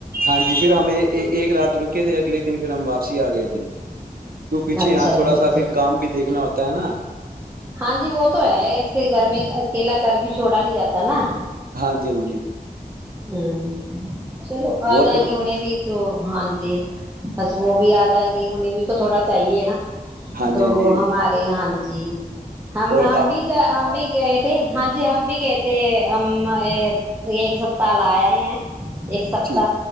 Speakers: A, on the right; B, on the right.
A: ہاں جی پھر ہمیں ایک رات رکے تھے اگلے دن پھر ہم واپسی آ گئے تھے کیوں پیچے
B: اچھا
A: یہاں تھوڑا
B: جی
A: سا
B: جی
A: پھر کام بھی دیکنا ہوتا ہے نا <inaudible>
B: ہاں جی وہ تو ہے ایسے گر میں اکیلا گر بھی چھوڑا نہیں جاتا نا
A: ہاں جی ہاں جی
B: ہ چلو آ
A: اور
B: جائیں
A: پھر
B: گے انہیں بھی تو ہاں جی بس وہ بھی آ جائیں گے انہیں بھی تو تھوڑا چاہیے نا
A: ہاں
B: تو
A: جی ہاں جی
B: ہمارے ہاں جی جی ہم
A: اور
B: ہم بھی ہم بھی گئے تھے ہاں جی ہم بھی گئے تھ ہم یہ ایک س پ تالایا ہیں ایک سپتاہ
A: ٹھیک